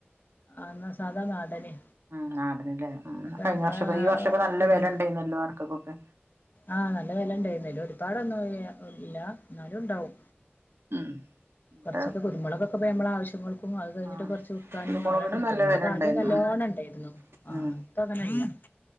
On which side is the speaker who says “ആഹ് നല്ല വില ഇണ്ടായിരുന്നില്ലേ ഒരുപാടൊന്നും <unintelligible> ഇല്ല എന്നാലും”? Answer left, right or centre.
Left